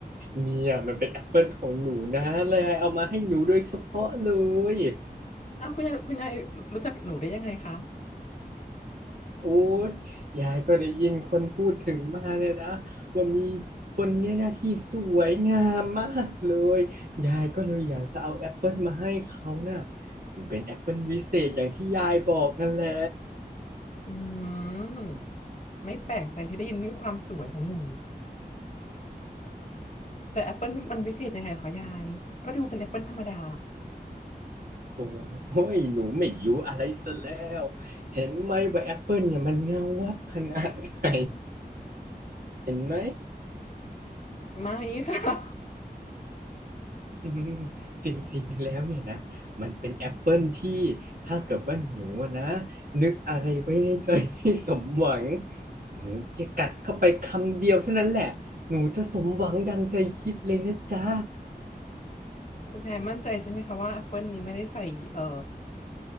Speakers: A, on the right; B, on the left.
A: เนี่ยมันเป็นแอปเปิลของหนูนะเลยเอามาให้หนูโดยเฉพาะเลย
B: อ้าวคุณยายคุณยายรู้จักหนูได้ยังไงคะ
A: โอ้ยยายก็ได้ยินคนพูดถึงมาเลยนะว่ามีคนเนี่ยนะที่สวยงามมากเลย ยายก็เลยอยากจะเอาแอปเปิลมาให้เขาน่ะมันเป็นแอปเปิลวิเศษอย่างที่ยายบอกนั่นแหละ
B: อืมไม่แปลกใจที่ได้ยินเรื่องความสวยของหนูแต่แอปเปิลมันวิเศษยังไงเหรอคะยายก็ดูเป็นแอปเปิลธรรมดา
A: โอ้ยหนูไม่รู้อะไรซะแล้ว เห็นไหมว่าแอปเปิลเนี่ยมันเงาวับขนาดไหนเห็นไหม
B: ไม่ค่ะ
A: <laughs> อืมจริงๆแล้วเนี่ยนะ มันเป็นแอปเปิลที่ถ้าเกิดว่าหนูอะนะนึกอะไรไว้ในใจให้สมหวังหนูจะกัดเข้าไปคำเดียวเท่านั้นแหละหนูจะสมหวังดังใจคิดเลยนะจ๊ะ
B: <laughs> คุณยายมั่นใจใช่ไหมคะว่าแอปเปิลนี้ไม่ได้ใส่เอ่อ